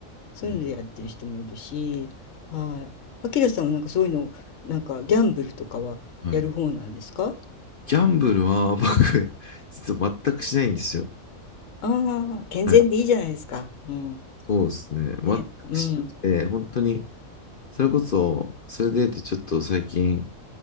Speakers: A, on the left; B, on the left.
A: そういうのでやってる人もいるしはいあきらさんはなんかそういうのなんかギャンブルとかはやる方なんですか
B: い。えーはい。ギャンブルは <laughs> 僕、実は全くしないんですよ。
A: ああー健全でいいじゃないですかうん
B: はい。そうですね。
A: ねうん
B: 全くしなくて、本当に、それこそ、それで言うとちょっと最近、